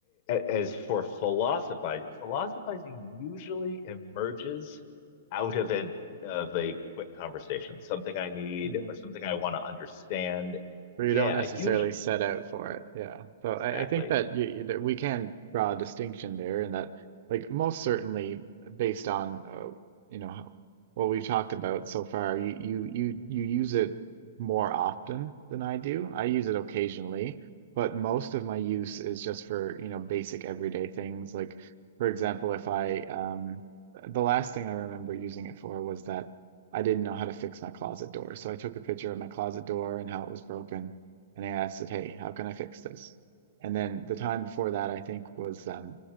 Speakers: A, on the left; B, on the right.
A: as for philosophizing, philosophizing usually emerges out of an of a quick conversation, something I need
B: Mm.
A: or something I want to understand.
B: But
A: Yeah,
B: you don't necessarily
A: usually
B: set out for it. Yeah. So
A: exactly
B: I, I think that you, that we can draw a distinction there, and that like most certainly based on uh, you know how- what we've talked about so far, you you you you use it more often than I do. I use it occasionally, but most of my use is just for you know basic everyday things. Like for example, if I um the last thing I remember using it for was that. I didn't know how to fix my closet door. So I took a picture of my closet door and how it was broken. And I asked it, hey, how can I fix this? And then the time before that, I think was um,